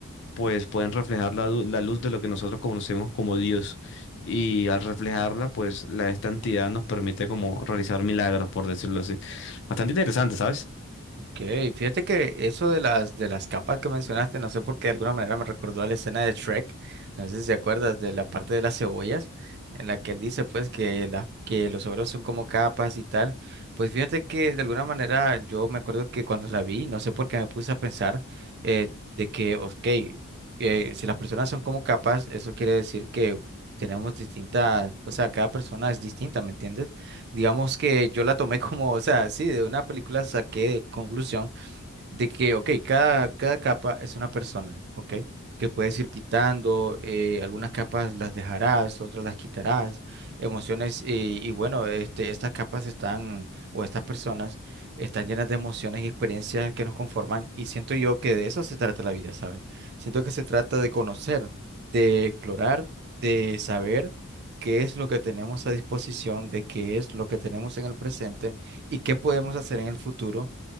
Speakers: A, on the left; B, on the right.
A: pues pueden reflejar la, du- la luz de lo que nosotros conocemos como Dios. Y al reflejarla, pues la esta entidad nos permite como realizar milagros, por decirlo así. Bastante interesante, ¿sabes?
B: Ok, fíjate que eso de las de las capas que mencionaste, no sé por qué de alguna manera me recordó a la escena de Shrek, no sé si te acuerdas de la parte de las cebollas, en la que él dice pues que la, que los ogros son como capas y tal. Pues fíjate que de alguna manera yo me acuerdo que cuando la vi, no sé por qué me puse a pensar eh, de que, ok, eh, si las personas son como capas, eso quiere decir que tenemos distintas, o sea, cada persona es distinta, ¿me entiendes? digamos que yo la tomé <laughs> como, o sea, sí, de una película saqué conclusión de que, ok, cada, cada capa es una persona, ok, que puedes ir quitando, eh, algunas capas las dejarás, otras las quitarás, emociones, y, y bueno, este, estas capas están, o estas personas, están llenas de emociones y experiencias que nos conforman, y siento yo que de eso se trata la vida, ¿sabes? Siento que se trata de conocer, de explorar, de saber. qué es lo que tenemos a disposición, de qué es lo que tenemos en el presente y qué podemos hacer en el futuro